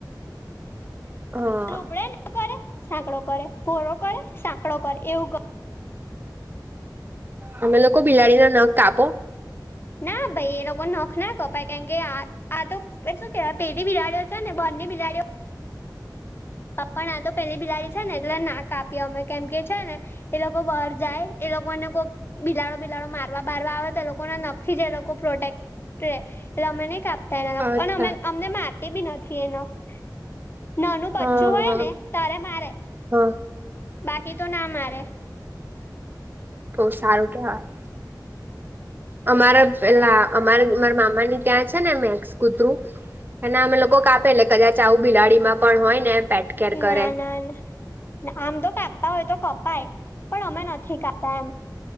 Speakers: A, on the right; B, on the left.
A: હા.
B: ઉપડે કરે સાંકડો કરે ભોરો કરે સાંકડો કરે એવું કરે.
A: અમે લોકો બિલાડી ના નખ કાપો.
B: ના ભાઈ એ લોકો નખ ના કપાય કારણ કે આ હા તો શું કેવાય પેલી બિલાડીઓ છે ને બરની બિલાડીઓ પ્પ પણ આ તો પેલી બિલાડી છે ને એટ ના કાપી અમે કેમ કે છે ને એ લોકો બહાર જાય એ લોકોને કોક બિલાડો બિલાડો મારવા બરવા આવે તો લોકોને નક્ જ એ લોકો પ્રોટેક્ટ એટલે અમે નહી કાપતા એખ
A: અચ્છા
B: અને અમે અમને મારતી બી નથી એ નખ. નાનું બચ્ચું
A: હા
B: હોય
A: હા
B: ને તારે મારે
A: હા
B: બાકી તો ના મારે.
A: બહ સારું કેવાય. અમારા પેલા અમારે મામારા મામાની ત્યાં છે ને મેક્સ કૂતરું અને અમે લોકો કાપે એટલે કદાચ આવું બિલાડીમાં પણ હોય ને એ પેટ. કેર કરે.
B: ના ના ના આમ તો કાપતા હોય તો કપાય પણ અમે નથી કાપતા એમ.